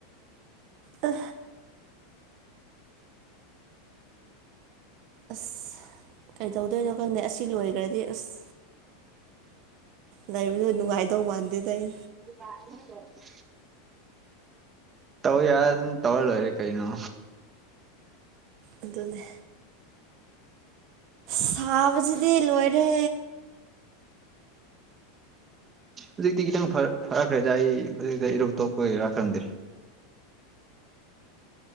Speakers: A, on the right; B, on the right.
A: ꯑ ꯑꯁ ꯀꯩ ꯇꯧꯗꯣꯏꯅꯣ ꯈꯪꯗꯦ ꯑꯁꯤ ꯂꯣꯏꯈ꯭ꯔꯗꯤ ꯑꯁ ꯂꯩꯕꯗꯣ ꯅꯨꯡꯉꯥꯏꯗꯧ ꯃꯥꯟꯗꯦꯗ ꯑꯩ
B: <unintelligible> ꯇꯧ ꯌꯥꯔ ꯑꯗꯨꯅ ꯇꯧꯂꯣꯔꯦ ꯀꯩꯅꯣ
A: ꯑꯗꯨꯅꯦ ꯁꯥꯕꯁꯤꯗꯤ ꯂꯣꯏꯔꯦ
B: ꯍꯧꯖꯤꯛꯇꯤ ꯈꯤꯇꯪ ꯐꯔꯛꯈ꯭ꯔꯦꯗ ꯑꯩ ꯍꯧꯖꯤꯛꯇ ꯏꯔꯧ ꯇꯣꯛꯄ ꯑꯣꯏꯒꯦꯔꯥ ꯈꯪꯗꯦ